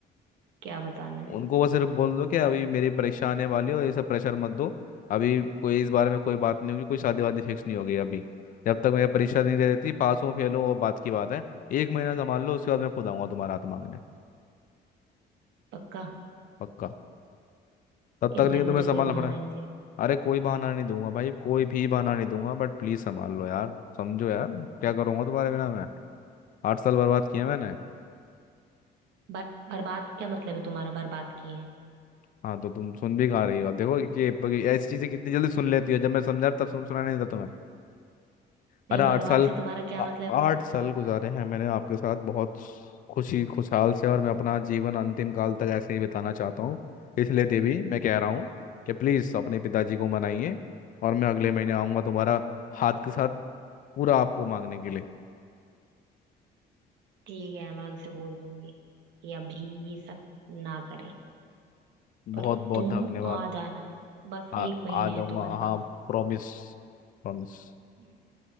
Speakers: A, on the right (about 90°); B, on the left (about 50°).
A: क्या बताना है
B: उनको बस सिर्फ बोल दो कि अभी मेरी परीक्षा आने वाली है और ये सब प्रेशर मत दो अभी कोई इस बारे में कोई बात नहीं होगी कोई शादी वादी फिक्स नहीं होगी अभी जब तक मेरी परीक्षा नहीं दे देती पास हूँ फेल हूँ वो बात की बात है एक महीना संभाल लो उसके बाद मैं खुद आऊंगा तुम्हारा हाथ मांगने
A: पक्का
B: पक्का तब तक
A: इस
B: लेकिन
A: बार मुझे
B: तुम्हें संभालना
A: कोई बहाना
B: पड़ा है
A: नहीं चाहिए
B: अरे कोई बहाना नहीं दूंगा भाई कोई भी बहाना नहीं दूंगा बट प्लीज संभाल लो यार समझो यार क्या करूंगा तुम्हारे बिना मैं आठ साल बर्बाद किए मैंने
A: बर, बर्बाद क्या मतलब है तुम्हारा बर्बाद किए हैं
B: हाँ तो तुम सुन भी कहाँ रही हो देखो कि कि ऐसी चीजें कितनी जल्दी सुन लेती हो जब मैं समझा तब सुन सुना नहीं था तुम्हें। अरे
A: नहीं
B: आठ
A: बर्बाद
B: साल
A: से तुम्हारा क्या
B: आ-
A: मतलब है
B: आठ साल गुजारे हैं मैंने आपके साथ बहुत खुशी खुशहाल से और मैं अपना जीवन अंतिम काल तक ऐसे ही बिताना चाहता हूँ इसलिए देवी मैं कह रहा हूँ कि प्लीज़ अपने पिताजी को मनाइए और मैं अगले महीने आऊँगा तुम्हारा हाथ के साथ पूरा आपको मांगने के लिए
A: ठीक है मैं उनसे बोल दूंगी कि अभी ये सब ना करें पर
B: बहुत बहुत
A: तुम
B: धन्यवाद
A: आ जाना बस
B: आ
A: एक महीने
B: आ जाऊँगा
A: है तुम्हारे
B: हाँ
A: पास
B: Promise promise
A: हम्म,